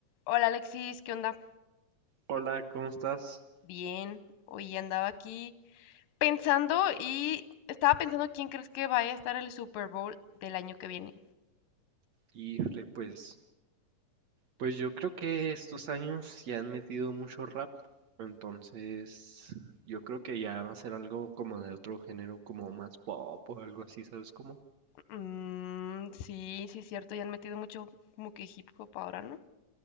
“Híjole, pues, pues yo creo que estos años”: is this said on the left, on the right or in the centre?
Right